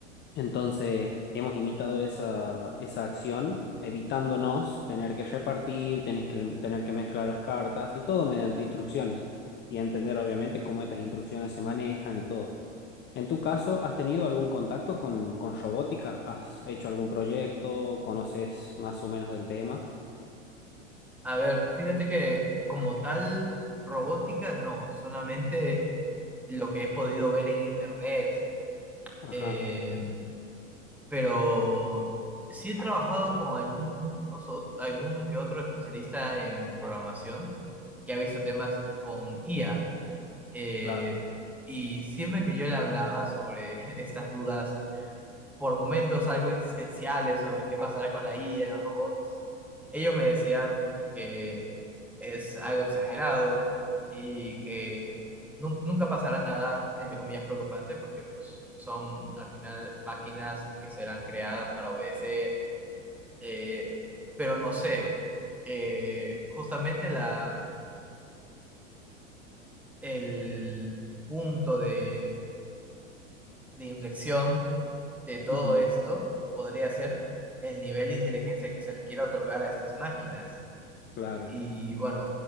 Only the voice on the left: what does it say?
entonces, hemos imitado esa, esa acción, evitándonos tener que repartir, tener que, tener que mezclar las cartas y todo mediante instrucciones. Y entender, obviamente, cómo estas instrucciones se manejan y todo. En tu caso, ¿has tenido algún contacto con, con robótica? ¿Has hecho algún proyecto? ¿Conoces más o menos del tema?
Ajá,
claro.
Ujú,
Claro.